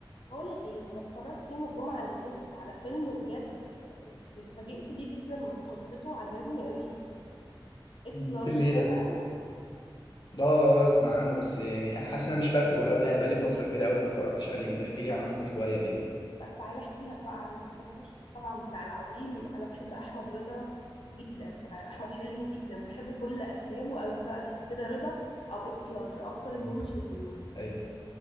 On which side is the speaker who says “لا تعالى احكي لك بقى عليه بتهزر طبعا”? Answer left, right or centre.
Left